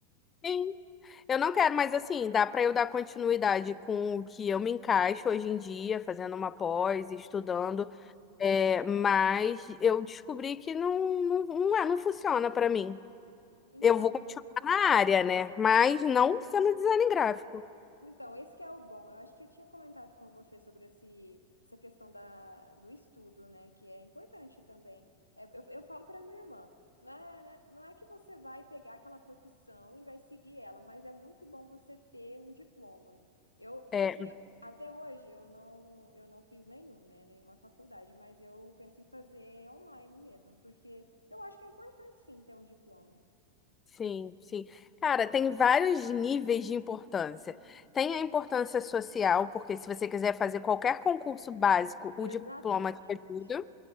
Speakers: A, on the left; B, on the left.
A: Sim. Eu não quero, mas assim, dá para eu dar continuidade com o que eu me encaixo hoje em dia, fazendo uma pós, estudando.
B: Sim.
A: É, mas eu descobri que não, não, não, é, não funciona pra mim.
B: Então,
A: Eu vou continuar na área, né? Mas não sendo design gráfico.
B: Então, esse que é o bom. Eu acho que eu tinha comentado com você sobre esse, essa questão da, do estudo, né? Que é importante também. É, eu, eu falo para minha irmã, não é, né, não é que você vai pegar aquela profissão e vai seguir ela, mas é muito bom você ter um diploma. Eu, tipo
A: É,
B: assim, até hoje eu não, eu não fiz nenhum, né? Nenhuma faculdade, mas eu penso em fazer online mesmo, porque eu acho que é importante sim ter um diploma.
A: sim, sim. Cara, tem vários níveis de importância. Tem a importância social, porque se você quiser fazer qualquer concurso básico, o
B: Exatamente,
A: diploma te ajuda.